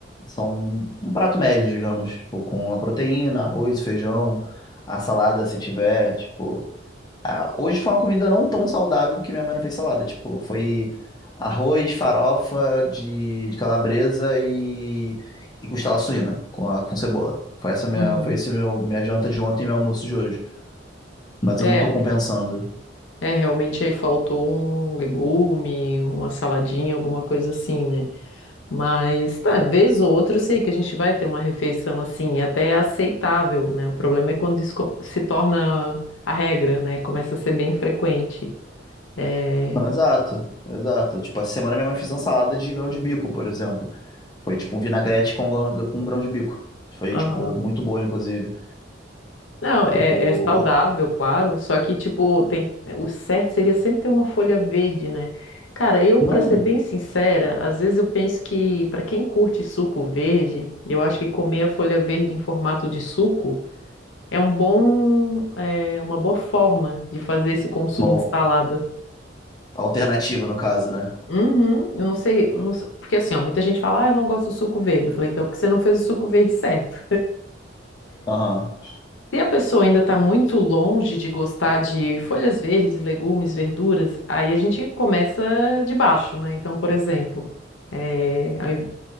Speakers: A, on the left; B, on the left.
A: São um prato médio, digamos. Tipo, com a proteína, arroz, feijão, a salada, se tiver. Tipo. Ah, hoje foi uma comida não tão saudável porque minha mãe não fez salada. Tipo, foi arroz, farofa de, de calabresa e, e costela suína com, a- com cebola. Foi essa minha,
B: uhum.
A: foi esse meu minha janta de ontem e meu almoço de hoje. Mas
B: É,
A: eu não tô compensando.
B: é, realmente aí faltou um legume, uma saladinha, alguma coisa assim, né? Mas, tá, vez ou outra, eu sei que a gente vai ter uma refeição assim, até é aceitável, né? O problema é quando isso co- se torna a regra, né? Começa a ser bem frequente. É...
A: Não, exato, exato. Tipo, essa semana minha mãe fez uma salada de grão de bico, por exemplo. Foi tipo um vinagrete com, grão- com grão de bico. Foi,
B: aham.
A: tipo, muito boa, inclusive.
B: Não, é,
A: Tipo,
B: é saudável,
A: o-
B: claro, só que, tipo, tem... o certo seria sempre ter uma folha verde, né? Cara, eu, pra
A: não,
B: ser bem sincera, às vezes eu penso que, pra quem curte suco verde, eu acho que comer a folha verde em formato de suco. É um bom, é, uma boa forma de fazer esse consumo
A: uma
B: de salada.
A: alternativa no caso, né?
B: Uhum, eu não sei, eu não sei- porque assim, ó, muita gente fala, ah, eu não gosto do suco verde. Eu falei, então, é porque você não fez o suco verde certo.
A: Aham.
B: Se a pessoa ainda está muito longe de gostar de folhas verdes, legumes, verduras, aí a gente começa de baixo, né? Então, por exemplo, é, ao inv-